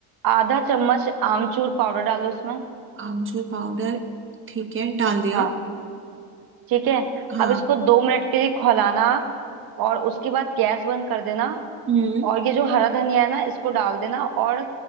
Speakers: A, on the right; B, on the right.
A: आधा चम्मच आमचूर पाउडर डालो उसमें
B: आमचूर पाउडर ठीक है डाल दिया
A: हाँ ठीक है
B: हाँ
A: अब इसको दो मिनट के लिए खौलाना आप और उसके बाद गैस बंद कर देना
B: हम्म
A: और ये जो हरा धनिया है ना इसको डाल देना और